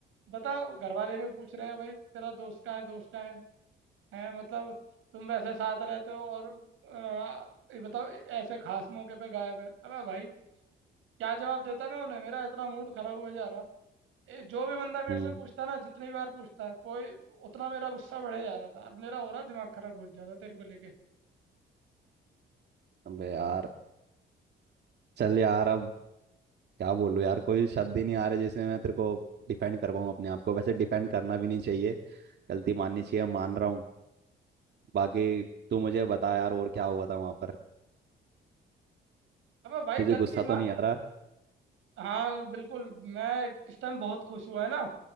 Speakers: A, on the right; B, on the right.
A: बता घर वाले भी पूछ रहे हैं भाई तेरा दोस्त कहाँ है दोस्त कहाँ है है मतलब तुम वैसे साथ रहते हो और अ, ये बताओ ऐसे खास मौके पे गायब है अबे भाई क्या जवाब देता मैं उन्हें मेरा इतना मूड खराब हो जा रहा ए, जो भी बंदा मेरे
B: हम्म
A: से पूछता ना जितनी बार पूछता है कोई उतना मेरा गुस्सा बढ़े जा रहा था और मेरा हो रहा दिमाग खराब बहुत ज्यादा तेरे को लेके
B: अबे यार चल यार अब क्या बोलूं यार कोई शब्द ही नहीं आ रहे जिसमें मैं तेरे को डिफेंड कर पाऊं अपने आप को वैसे डिफेंड करना भी नहीं चाहिए गलती माननी चाहिए मान रहा हूँ बाकी तू मुझे बता यार और क्या हुआ था वहां पर
A: अबे भाई
B: तुझे
A: गलती
B: गुस्सा तो
A: मा
B: नहीं आ रहा
A: हाँ बिल्कुल मैं इस टाइम बहुत खुश हुआ है ना